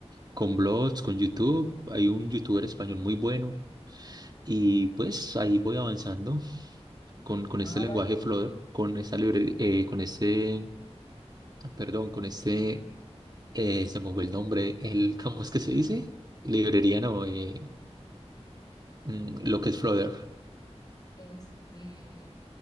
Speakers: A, on the right; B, on the left.
A: con blogs, con YouTube. Hay un youtuber español muy bueno y pues ahí voy avanzando con, con
B: Ah,
A: este lenguaje
B: vale,
A: Flutter,
B: ok.
A: con esta libre, eh, con este, perdón, con este, eh, se me fue el nombre, el, <laughs> ¿cómo es que se dice? Librería, no, eh, mm, lo que es Flutter.
B: Este,